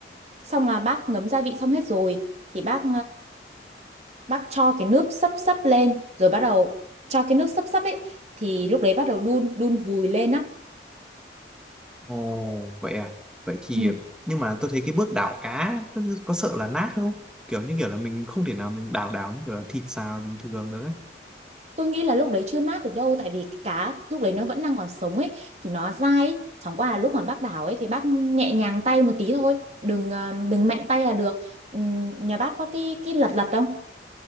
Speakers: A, on the right (about 40°); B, in the centre.
A: xong là bác ngấm gia vị xong hết rồi thì bác bác cho cái nước sấp sấp lên rồi bắt đầu cho cái nước sấp sấp ấy thì lúc đấy bắt đầu đun đun vùi lên á
B: Ồ, vậy à. Vậy thì
A: Ừ.
B: nhưng mà tôi thấy cái bước đảo cá nó có sợ là nát không? Kiểu như kiểu là mình không thể nào mình đảo đảo như kiểu là thịt xào bình thường được ấy.
A: tôi nghĩ là lúc đấy chưa nát được đâu tại vì cái cá lúc đấy nó vẫn đang còn sống ấy thì nó dai ấy. chẳng qua là lúc mà bác đảo ấy thì bác nhẹ nhàng tay một tí thôi đừng ờ, đừng mạnh tay là được Ừm, nhà bác có cái cái lật lật không